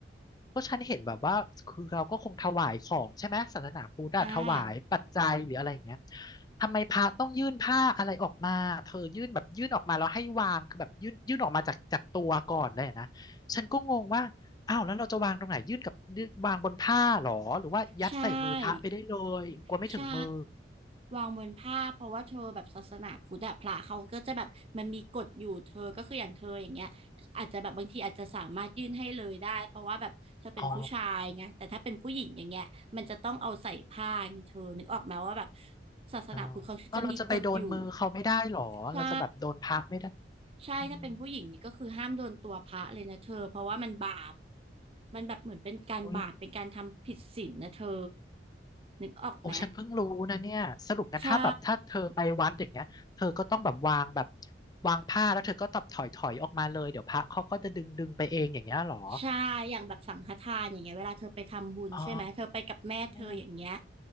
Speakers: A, on the left (about 20°); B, on the right (about 35°).
A: ก็ฉันเห็นแบบว่าคือเราก็คงถวายของใช่ไหมศาสนาพุทธอะถวายปัจจัยหรืออะไรอย่างเงี้ย
B: อ่า
A: ทำไมพระต้องยื่นผ้าอะไรออกมาเธอยื่นแบบยื่นออกมาแล้วให้วางคือแบบยื่นยื่นออกมาจากจากตัวก่อนเลยนะฉันก็งงว่า อ้าวแล้วเราจะวางตรงไหนยื่นกับยื่นวางบนผ้าเหรอหรือว่ายัดใส่มือพระไปได้เลยกลัวไม่ถึงมือ
B: ใช่ ใช่วางบนผ้าเพราะว่าเธอแบบศาสนาพุทธอะพระเขาก็จะแบบมันมีกฎอยู่เธอก็คืออย่างเธออย่างเงี้ยอาจจะแบบบางทีอาจจะสามารถยื่นให้เลยได้เพราะว่าแบบเธอเป็นผู้ชายไงแต่ถ้าเป็นผู้หญิงอย่างเงี้ยมันจะต้องเอาใส่ผ้าไงเธอนึกออกไหมว่าแบบ
A: อ๋อ
B: ศาสนาพุทธเขาจะมีกฎอยู่
A: อ๋อเอาเราจะไปโดนมือเขาไม่ได้หรอเราจะแบบโดนพระไม่ได้
B: ใช่ ใช่ถ้าเป็นผู้หญิงนี่ก็คือห้ามโดนตัวพระเลยนะเธอเพราะว่ามันบาป
A: อืม
B: มันแบบเหมือนเป็นการบาปเป็นการทำผิดศีลนะเธอ
A: โอ้ย
B: นึกออกไหม
A: โอ้ฉันเพิ่งรู้นะเนี่ยสรุปงั้นถ้าแบบถ้าเธอไปวัดอย่างเงี้ยเธอก็ต้องแบบวางแบบ
B: ใช่
A: วางผ้าแล้วเธอก็ตับถอยถอยออกมาเลยเดี๋ยวพระเขาก็จะดึงดึงไปเองอย่างเงี้ยหรอ
B: ใช่อย่างแบบสังฆทานอย่างเงี้ยเวลาเธอไปทำบุญใช่ไหมเธอไปกับแม่เธออย่างเงี้ย
A: อ๋ออ๋อ